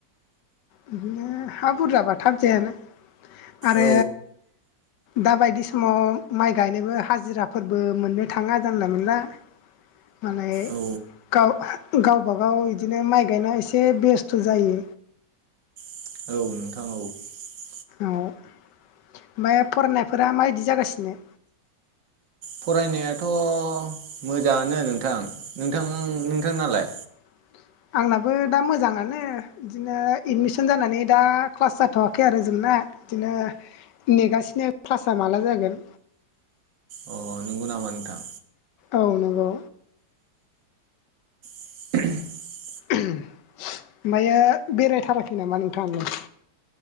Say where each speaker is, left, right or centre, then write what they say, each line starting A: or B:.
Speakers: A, on the left; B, on the right.
A: बिदिनो हा बुरजाबा थाब जायानो आरो।
B: औ
A: दा बायदि समाव माइ गायनोबो हाजिराफोरबो मोननो थाङा जानला मोनला। माने।
B: औ
A: गाव गावबागाव बिदिनो माइ गायनाय एसे बेस्थ' जायो।
B: <inaudible>
A: औ ओमफाय फरायनायफोरा माबायदि जागासिनो।
B: फरायनायाथ मोजाङानो नोंथां नोंथां नोंथांनालाय।
A: <inaudible> आंनाबो दा मोजाङानो इदिनो एडमिसन जानानै दा क्लास जाथवाखै आरो जोंना। इदिनो नेगासिनो क्लासा माला जागोन।
B: अ नंगौ नामा नोंथां।
A: औ नंगौ।
B: <unintelligible>
A: ओमफायो बेरायथाराखै नामा नोंथाङालाय।